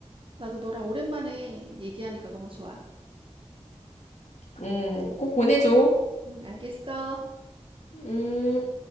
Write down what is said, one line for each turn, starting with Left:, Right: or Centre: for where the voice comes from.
Right: 나도 너랑 오랜만에 얘기하니까 너무 좋아.
Left: 음, 꼭 보내줘.
Right: 응, 알겠어.
Left: 음.